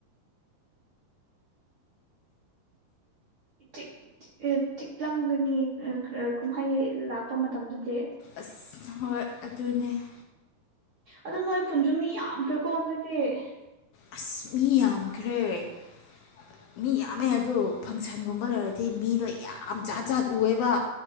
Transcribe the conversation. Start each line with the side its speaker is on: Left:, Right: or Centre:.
Right: ꯆꯤꯛ - ꯆꯤꯛꯑ ꯆꯤꯛꯂꯝꯒꯅꯤ ꯑꯪ - ꯑ ꯀꯨꯝꯍꯩ ꯂꯥꯛꯄ ꯃꯇꯝꯗꯨꯗꯤ ꯫
Left: ꯑꯁ ꯍꯣꯏ ꯑꯗꯨꯅꯦ ꯫
Right: ꯑꯗꯨ ꯅꯣꯏ ꯈꯨꯟꯖꯨ ꯃꯤ ꯌꯥꯝꯈ꯭ꯔꯦꯀꯣ ꯍꯟꯗꯛꯇꯤ ꯫
Left: ꯑꯁ ꯃꯤ ꯌꯥꯝꯈ꯭ꯔꯦ ꯫ ꯃꯤ ꯌꯥꯝꯃꯦ ꯑꯗꯨ ꯐꯪꯁꯟꯒꯨꯝꯕ ꯂꯩꯔꯗꯤ ꯃꯤꯗꯣ ꯌꯥꯝ ꯖꯥꯠ ꯖꯥꯠ ꯎꯌꯦꯕ ꯫